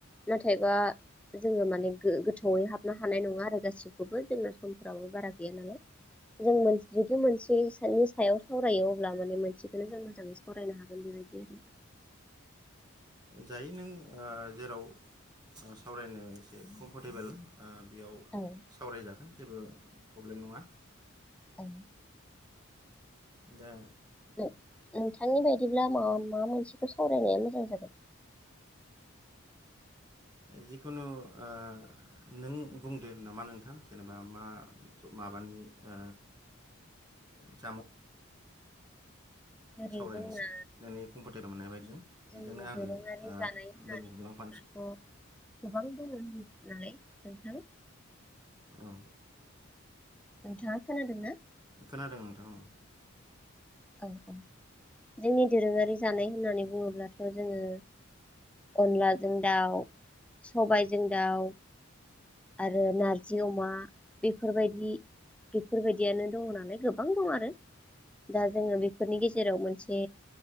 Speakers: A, in the centre; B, on the right.
A: नाथायबा जोङो माने गोथौयै हाबनो हानाय नङा आरो गासिखौबो जोंना समफ्राबो बारा गैया नालाय जों जुदि मोनसेनि सायाव सावरायो अब्ला माने मोनसेखौनो जों मोजाङै सावरायनो हागोन बेबायदि आरो।
B: जायो नों जेराव सावरायनो एसे कम्फर्टेबोल ओ बेयाव
A: आरो
B: सावरायजागोन जेबो प्रब्लेम नङा।
A: औ
B: दा
A: नों नोंथांनि बायदिब्ला माबा मा मोनसेखौ सावरायनाया मोजां जागोन।
B: जिखुनु आ नों बुंदो नामा नोंथां जेनेबा मा माबानि आ जामुं
A: जेरै
B: सावरायनोसै
A: जोंना
B: नोंनि कम्फर फैबा मोन्नाय बायदिजों बेजोंनो
A: जोंनि
B: आंबो
A: दोरोङारि
B: ओ
A: जानाय होननानै
B: लोगो हमलांफानोसै
A: बुङोब्लाथ गोबां द नालाय नोंथां।
B: औ
A: नोंथाङा खोनादों ना
B: खोनादों नोंथां ओ।
A: औ-औ जोंनि दोरोङारि जानाय होननानै बुङोब्लाथ जोङो अनलाजों दाउ सबायजों दाउ आरो नारजि अमा बेफोरबायदि बेफोरबायदियानो दङ नालाय गोबां दं आरो। दा जोंङो बेफोरनि गेजेराव मोनसे